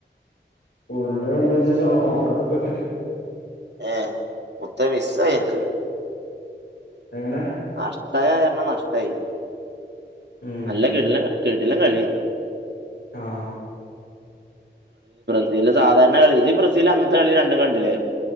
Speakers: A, on the left (about 80°); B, on the right (about 65°).
A: ഫുള്ള് കണ്ടാച്ചല് ഒറക്കത്തിപ്പെട്ട്
B: ഏ ഉത്തമിസ്സായ് എനക്ക്
A: എങ്ങനെ
B: നഷ്ടായ കാരണം നഷ്ടായി
A: ഉം
B: നല്ല കിടിലം കിടിലം കളിയാരുന്ന്
A: ആ
B: ബ്രസീല് സാധാരണ കളി ഇത് ഈ ബ്രസീല് അന്നത്തെ കളി രണ്ടും കണ്ടില്ലേ